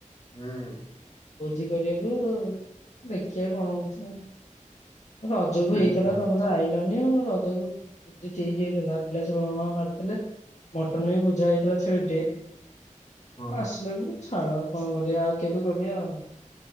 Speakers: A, on the left; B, on the left.
A: ହୁଁ
B: ଭୋଜି କରିଆକୁ ଦେଖିଆ କଣ ହଉଛି ଆଉ। ରଜକୁ
A: ଦେଖିବା
B: ଏଇଥିଲା ତମ ତ ଆଇଲନି ଆଉ ରଜ କୁ ଠିକ୍ ହେଇଥିଲା ପିଲା ସବୁ ହଁ ହାଁ ମାରିଥିଲେ। ମଟନ୍ ବି ବୁଝା ହେଇଥିଲା ଛେଳିଟେ।
A: ହଁ।
B: ଆସିଲନି ଛାଡ କଣ କରିବା ଆଉ କେବେ କରିବା ଆଉ।